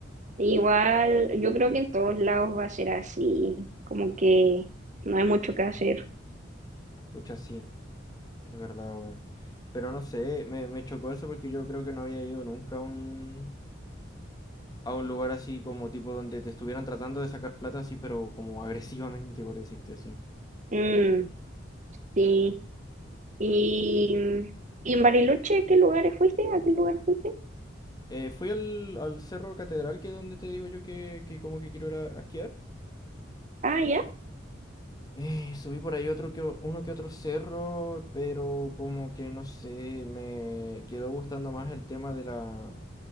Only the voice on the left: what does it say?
Pucha, sí, es verdad, weón. Pero no sé, me, me chocó eso porque yo creo que no había ido nunca a un, a un lugar así como tipo donde te estuvieran tratando de sacar plata así, pero como agresivamente, por decirte así.
Eh, fui al, al Cerro Catedral, que es donde te digo yo que, que como que quiero ir a, a esquiar.
Eh, subí por ahí otro que, o- uno que otro cerro, pero como que no sé, me quedó gustando más el tema de la,